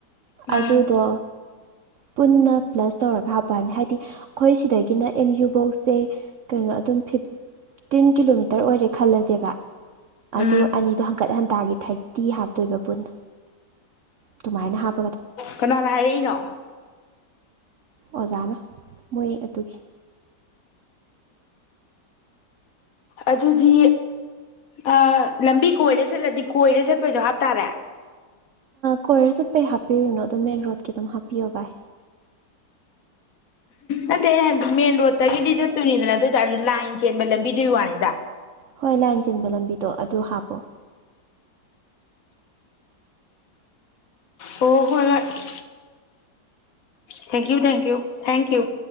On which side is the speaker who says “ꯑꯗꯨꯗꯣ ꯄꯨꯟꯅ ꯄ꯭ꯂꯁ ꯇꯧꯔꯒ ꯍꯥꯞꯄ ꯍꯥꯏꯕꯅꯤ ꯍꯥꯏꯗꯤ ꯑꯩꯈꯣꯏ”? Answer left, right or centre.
Right